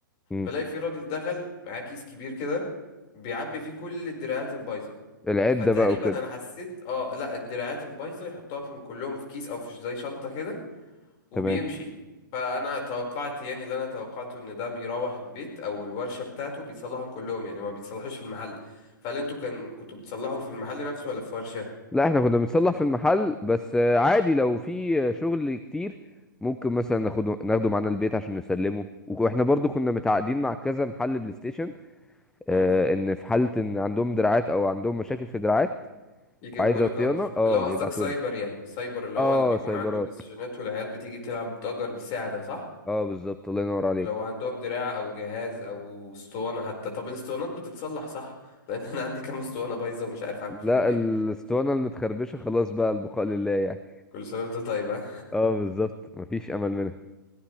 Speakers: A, in the centre; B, on the left.
A: مم.
B: بلاقي في راجل دخل معاه كيس كبير كده بيعبي فيه كل الدراعات البايظة
A: العدة
B: فتقريبا
A: بقى وكده
B: انا حسيت اه لا الدراعات البايظة يحطها كلهم في كيس او في زي شنطة كده وبيمشي
A: تمام
B: فانا توقعت يعني اللي انا توقعته ان ده بيروح البيت او الورشه بتاعته بيصلحهم كلهم يعني ما بيتصلحوش في المحل فهل انتوا كان كنتوا بتصلحوا في المحل نفسه ولا في ورشه
A: لا احنا كنا بنصلح في المحل بس آه، عادي لو في آه، شغل كتير ممكن مثلا ناخده ناخده معانا البيت عشان نسلمه واحنا برضو كنا متعاقدين مع كذا محل بلاي ستيشن اه
B: امم
A: ان في حالة ان عندهم دراعات او عندهم مشاكل في دراعات
B: يجيبوا
A: وعايزة
B: لك
A: صيانة
B: اه
A: اه
B: اللي هو قصدك
A: يبعتولي
B: سايبر يعني سايبر اللي
A: اه
B: هو اللي بيكون
A: سايبرات
B: عنده بلاي ستيشنات والعيال بتيجي تلعب بتأجر بالساعه ده صح
A: اه بالظبط الله ينور عليك
B: ولو عندهم دراع او جهاز او اسطوانه حتى طب الاسطوانات بتتصلح صح لان انا عندي كام اسطوانه بايظه ومش عارف اعمل
A: لا
B: فيهم ايه
A: الاسطوانة المتخربشة خلاص بقى البقاء لله يعني
B: كل سنه وانت طيب آه.
A: اه بالظبط مفيش امل منها